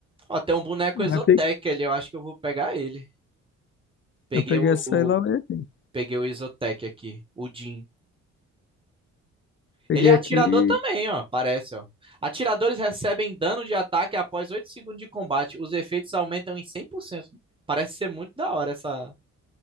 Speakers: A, on the right; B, on the left.
A: Ó, tem um boneco
B: Mas
A: Exotec
B: pe-
A: ali, eu acho que eu vou pegar ele. Peguei
B: Eu peguei
A: o,
B: sei
A: o-
B: lá o aqui.
A: peguei o Exotec aqui, o Jhin.
B: Peguei
A: Ele é atirador
B: aqui.
A: também, ó, parece, ó. Atiradores recebem dano de ataque após 8 segundos de combate. Os efeitos aumentam em cem por cento Parece ser muito da hora essa,